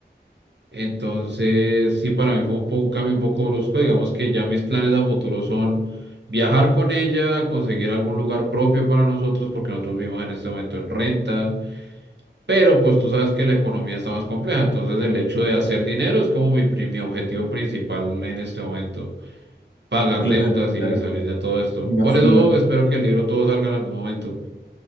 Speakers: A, on the right; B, on the left.
A: Entonces, sí, para mí fue un, po- un cambio un poco brusco. Digamos que ya mis planes a futuro son viajar con ella, conseguir algún lugar propio para nosotros, porque nosotros vivimos en este momento en renta. Pero pues tú sabes que la economía está más compleja, entonces el hecho de hacer dinero es como mi, pri- mi objetivo principal en este momento, pagar
B: Claro,
A: deudas y
B: claro,
A: salir de todo esto.
B: me imagino.
A: Por eso espero que el libro todo salga en algún momento.